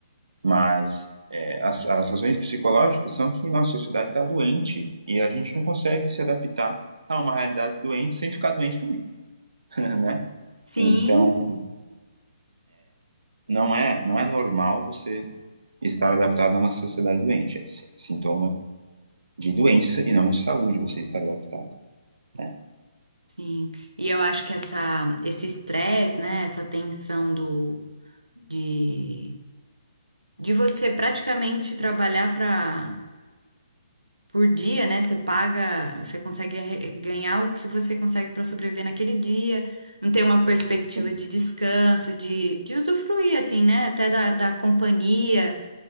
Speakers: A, on the right (about 65°); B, on the right (about 85°).
A: mas é, as, as razões psicológicas são que nossa sociedade está doente e a gente não consegue se adaptar a uma realidade doente sem ficar doente também, <laughs> né?
B: Sim,
A: Então, não é, não é normal você estar adaptado a uma sociedade doente. É si- sintoma de doença e não de saúde você estar adaptado, né?
B: sim. E eu acho que essa, esse estresse, né? Essa tensão do, de, de você praticamente trabalhar para por dia, né? Você paga, você consegue arre- ganhar o que você consegue para sobreviver naquele dia. Não tem uma perspectiva
A: Sim,
B: de descanso, de, de usufruir, assim, né? Até da, da companhia,